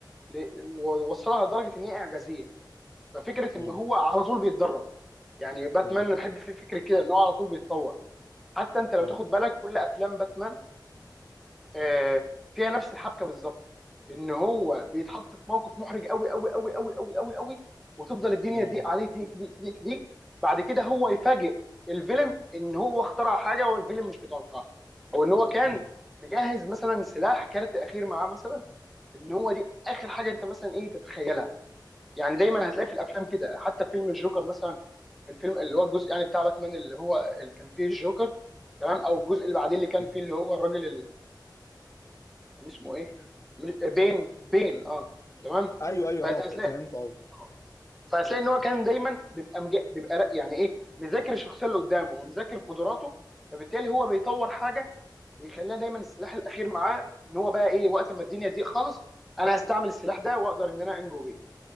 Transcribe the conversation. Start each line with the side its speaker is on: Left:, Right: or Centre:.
Centre: ل- ووصلها لدرجه ان هي اعجازيه ففكره
Left: مم.
Centre: ان هو على طول بيتدرب يعني باتمان
Left: مم.
Centre: انا بحب فيه فكره كده ان هو على طول بيتطور حتى انت لو
Left: مم.
Centre: تاخد بالك كل افلام باتمان آه، فيها نفس الحبكه بالظبط ان هو بيتحط في موقف محرج قوي قوي قوي قوي قوي قوي قوي وتفضل الدنيا
Left: مم.
Centre: تضيق عليه تضيق تضيق تضيق تضيق بعد كده هو يفاجئ الفيلن ان هو اخترع حاجه والفيلن مش متوقعها او ان هو كان
Left: مم.
Centre: مجهز مثلا سلاح كارت اخير معاه مثلا ان هو دي اخر حاجه انت مثلا ايه تتخيلها يعني دايما هتلاقي في الافلام كده حتى في فيلم الجوكر مثلا الفيلم اللي هو الجزء يعني بتاع باتمان اللي هو اللي كان فيه الجوكر تمام او الجزء اللي بعدين اللي كان
Left: مم.
Centre: فيه اللي هو الراجل كان اسمه ايه مش- آه، بين بين اه
Left: مم.
Centre: تمام
Left: ايوه ايوه
Centre: فانت
Left: اه
Centre: هتلاقي
Left: ف- فهمت قصدي
Centre: آه، فهتلاقي ان هو كان دايما بيبقى مج... بيبقى ر- يعني ايه مذاكر الشخصيه اللي قدامه ومذاكر قدراته فبالتالي هو بيطور حاجه ويخليها دايما السلاح الاخير معاه ان هو بقى ايه وقت ما الدنيا تضيق خالص انا هستعمل السلاح ده واقدر ان انا انجو بيه